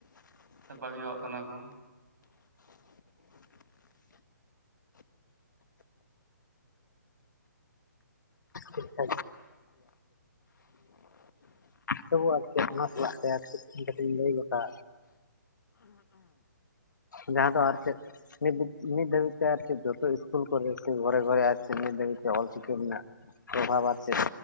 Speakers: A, on the right; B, on the left.
A: ᱥᱮ ᱵᱟᱹᱜᱤᱭᱟᱜ ᱠᱟᱱᱟ ᱠᱚ ᱾
B: <inaudible> ᱛᱚᱵᱩ ᱟᱨ ᱪᱮᱫ ᱚᱱᱟ ᱥᱟᱞᱟᱜ ᱛᱮ ᱟᱨ ᱠᱟᱴᱤᱡ ᱤᱧ ᱞᱟᱹᱭ ᱜᱚᱴᱟ ᱡᱟᱦᱟᱸ ᱫᱚ ᱟᱨ ᱪᱮᱫ? ᱱᱤᱛ ᱱᱤᱛ ᱫᱷᱟᱹᱵᱤᱡ ᱛᱮ ᱟᱨᱠᱤ ᱡᱚᱛᱚ ᱤᱥᱠᱩᱞ ᱠᱚᱨᱮ ᱛᱮ ᱜᱷᱚᱨᱮ ᱜᱷᱚᱨᱮ <unintelligible> ᱫᱷᱟᱹᱵᱤᱡ ᱛᱮ ᱚᱞ ᱪᱤᱠᱤ ᱢᱮᱱᱟᱜ ᱯᱨᱚᱵᱷᱟᱵ ᱟᱨ ᱪᱮᱫ <inaudible>